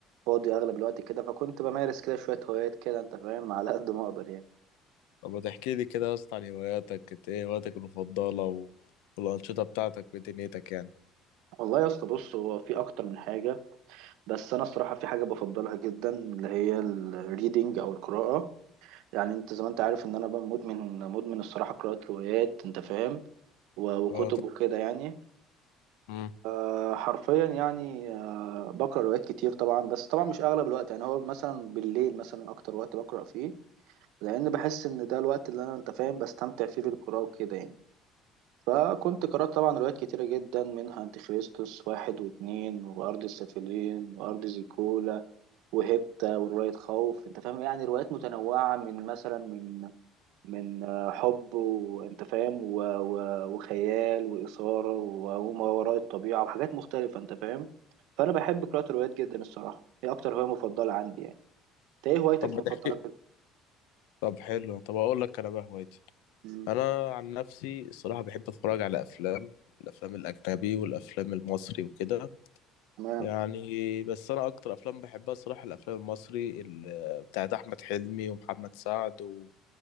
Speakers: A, on the right; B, on the left.
A: فاضي اغلب الوقت كده فكنت بمارس كده شويه هوايات كده انت فاهم على قد ما اقدر يعني
B: طب ما تحكي لي كده يا اسطى عن هواياتك انت ايه هواياتك المفضله و... والانشطه بتاعتك ودنيتك يعني
A: والله يا اسطى بص هو في اكتر من حاجه بس انا الصراحه في حاجه بفضلها جدا اللي هي الريدنج او القراءه يعني انت زي ما انت عارف ان انا بقى مدمن مدمن الصراحه قراءه روايات انت فاهم و- وكتب
B: اه طب
A: وكده يعني
B: مم.
A: آه، حرفيا يعني آه، بقرا روايات كتير طبعا بس طبعا مش اغلب الوقت يعني هو مثلا بالليل مثلا اكتر وقت بقرا فيه لان بحس ان ده الوقت اللي انا انت فاهم بستمتع فيه بالقراءه وكده يعني فكنت قرأت طبعا روايات كتيرة جدا منها أنتيخريستوس واحد واتنين وأرض السافلين وأرض زيكولا وهيبتا ورواية خوف أنت فاهم يعني روايات متنوعة من مثلا من من آه، حب وانت فاهم و... و... وخيال وإثارة وما وراء الطبيعة وحاجات مختلفة انت فاهم فأنا بحب قراءة الروايات جدا الصراحة هي أكتر هواية مفضلة عندي يعني انت ايه هوايتك
B: طب
A: المفضلة
B: ما تحكي
A: كده؟
B: طب حلو طب اقول لك انا بقى هوايتي
A: مم،
B: انا عن نفسي الصراحه بحب اتفرج على افلام الافلام الاجنبي والافلام المصري وكده
A: تمام
B: يعني بس انا اكتر افلام بحبها الصراحه الافلام المصري ال- بتاعت احمد حلمي ومحمد سعد و...